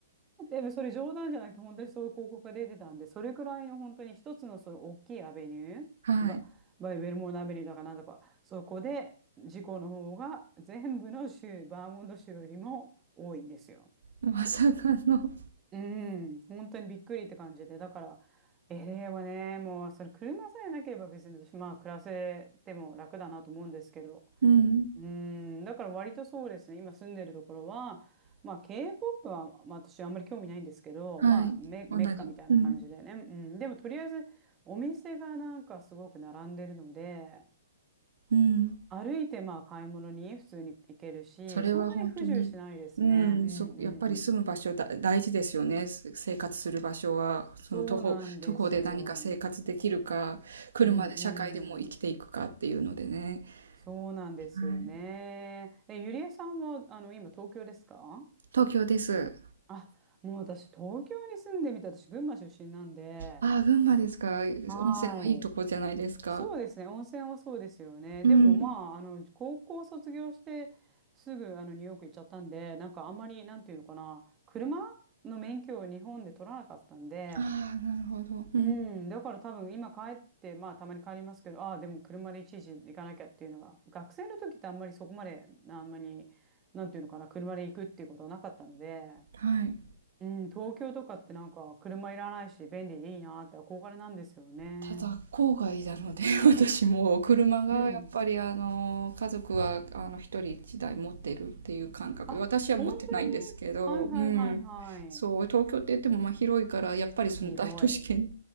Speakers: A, on the right (about 15°); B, on the right (about 80°).
A: でもそれ冗談じゃなくて本当にそういう広告が出てたんで、それくらいの本当に一つのその大きいアベニュー、
B: はい。
A: バ、バイウェルモードアベニューだかなんだか、そこで事故の方が全部の州、バーモント州よりも多いんですよ。
B: まさかの。
A: うん、本当にびっくりって感じで、だから、エ a はね、もうそれ車さえなければ別に私、まあ暮らせても楽だなと思うんですけど、
B: うん。
A: うーん、だから割とそうですね、今住んでるところは、まあ K-POP は、まあ、私あんまり興味ないんですけど、
B: はい。
A: まあメ、メッカみたいな感じでね、
B: 同じ。うん。
A: うん、でもとりあえずお店がなんかすごく並んでるので、
B: うん。
A: 歩いてまあ買い物に普通に行けるし、
B: それは本当に、
A: そんなに不自由しないですね。
B: うん、
A: うん
B: そ、やっぱり住む場所だ、
A: うん。
B: 大事ですよね。す生活する場所は、その徒歩、
A: そうなんですよ。
B: 徒歩で何か生活できるか、車で社会でもう生きていくかっていうのでね。
A: うんうん。そうなんですよね。
B: はい。
A: え、ゆりえさんはあの今東京ですか
B: 東京です。
A: あ、もう私、東京に住んでみた。私、群馬出身なんで、
B: ああ、群馬ですか。
A: はい。
B: 温泉のいいとこじゃないですか。
A: そうですね、温泉はそうですよね。
B: うん。
A: でも、まあ、あの、高校卒業して、すぐ、あの、ニューヨーク行っちゃったんで、なんか、あんまり、なんていうのかな、車の免許を日本で取らなかったんで、
B: ああ、なるほど。うん。
A: うん、だから多分、今帰って、まあ、たまに帰りますけど、ああ、でも、車でいちいち行かなきゃっていうのが、学生の時ってあんまりそこまで、あんまり、なんていうのかな、車で行くっていうことはなかったので、
B: はい。
A: うん、東京とかってなんか車いらないし便利でいいなって憧れなんですよね。
B: ただ郊外なので <laughs> 私も車がやっぱりあの家族はあの一人一台持ってるっていう感覚で私は持ってないんですけど、
A: うん。あ、本当にはいはいはい
B: うん、そう東京って言ってもまあ広いからやっぱりその大都市圏
A: はい。広い。